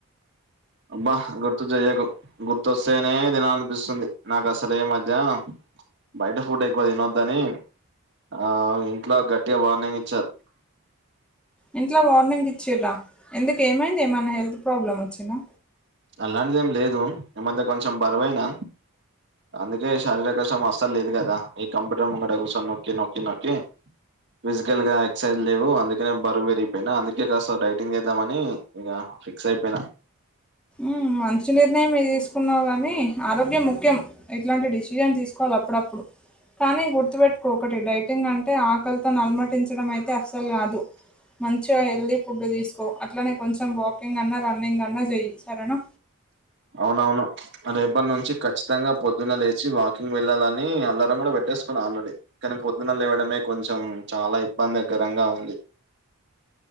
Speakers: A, on the right (about 55°); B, in the centre.
A: అబ్బా గుర్తు చెయ్యకు గుర్తోస్తేనే దినలనిపిస్తుంది నాకు అసలే ఏ మధ్య బయట ఫుడ్ ఎక్కువ తినొద్దని ఆ ఇంట్లో గట్టిగా వార్నింగ్ ఇచ్చారు
B: ఇంట్లో వార్నింగ్ ఇచ్చడ్రా ఎందుకు ఏమైంది ఏమైన్నా హెల్త్ ప్రాబ్లం వచ్చినా
A: అలాంటిదేం లేదు ఈ మధ్య కొంచెం బరువైనా అందుకే శారీరక శ్రమ అస్సల్ లేదు కదా ఈ కంప్యూటర్ ముంగట కూసొని నొక్కి నొక్కి నొక్కి ఫిజికల్ గా ఎక్సర్సైజ్ లేవు అందుకనే బరువు పెరిగిపోయినా అందుకే కాస్త డైటింగ్ చేద్దామని ఇగ ఫిక్స్ అయిపోయినా
B: ఉమ్ మంచి నిర్ణయమె తీసుకున్నావు గనీ ఆరోగ్యం ముఖ్యం ఇట్లాంటి డెసిజన్ తీసుకోవాలి అప్పుడప్పుడు కానీ గుర్తుపెట్టుకో ఒకటి డైటింగ్ అంటే ఆకలితోని అలమటించడం అయితే అస్సల్ కాదు మంచిగా హెల్దీ ఫుడ్ తీసుకో అట్లానే కొంచెం వాకింగ్ అన్నా రన్నింగ్ అన్నా చెయ్యి సరేనా
A: అవునవును రేపటి నుంచి ఖచ్చితంగా పొద్దున్న లేచి వాకింగ్ వెళ్ళాలని అలారం కూడ <unintelligible> సుకున్న ఆల్రెడీ కానీ పొద్దున లేవడమే కొంచెం చాల ఇబ్బందికరంగా ఉంది